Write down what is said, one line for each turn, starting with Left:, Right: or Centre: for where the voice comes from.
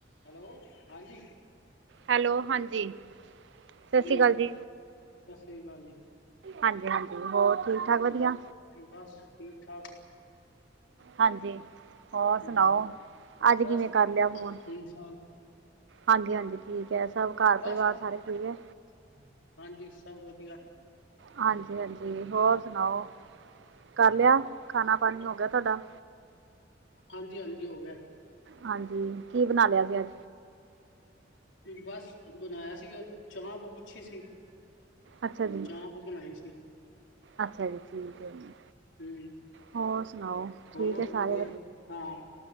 Left: Hello ਹਾਂਜੀ
Right: hello ਹਾਂਜੀ ਸਤਿ ਸ਼੍ਰੀ
Left: ਕੀ
Right: ਅਕਾਲ
Left: ਸਤਿ
Right: ਜੀ
Left: ਸ੍ਰੀ ਅਕਾਲ ਜੀ
Right: ਹਾਂਜੀ ਹਾਂਜੀ ਹੋਰ ਠੀਕ ਠਾਕ ਵਧੀਆ
Left: ਬਸ ਠੀਕ ਠਾਕ
Right: ਹਾਂਜੀ ਹੋਰ
Left: ਹਮ
Right: ਸੁਣਾਓ ਅੱਜ
Left: ਬਸ
Right: ਕਿਵੇਂ ਕਰ ਲਿਆ ਫੋਨ
Left: ਠੀਕ ਠਾਕ
Right: ਹਾਂਜੀ ਹਾਂਜੀ, ਠੀਕ ਐ ਸਭ ਘਰ
Left: ਬਸ
Right: ਪਰਿਵਾਰ ਸਾਰੇ ਠੀਕ ਐ।
Left: <inaudible> ਹਾਂਜੀ ਸਭ ਵਧੀਆ।
Right: ਹਾਂਜੀ ਹਾਂਜੀ ਹੋਰ ਸੁਣਾਓ ਕਰ ਲਿਆ ਖਾਣਾ ਪਾਣੀ ਹੋ ਗਿਆ ਤੁਹਾਡਾ?
Left: ਹਾਂਜੀ ਹਾਂਜੀ ਹੋ ਗਿਆ।
Right: ਹਾਂਜੀ ਕੀ ਬਣਾ ਲਿਆ ਸੀ ਅੱਜ
Left: ਬਸ ਬਣਾਇਆ ਸੀ ਉਹ ਚਾਂਪ ਅੱਛੀ ਸੀ।
Right: ਅੱਛਾ ਜੀ,
Left: ਚਾਂਪ ਬਣਾਈ ਸੀ
Right: ਅੱਛਾ ਜੀ ਠੀਕ ਹੈ ਜੀ।
Left: ਹੂੰ,
Right: ਹੋਰ ਸੁਣਾਓ
Left: ਹੋਰ
Right: ਠੀਕ ਹੈ ਸਾਰੇ
Left: ਵਧੀਆ ਹਾਂ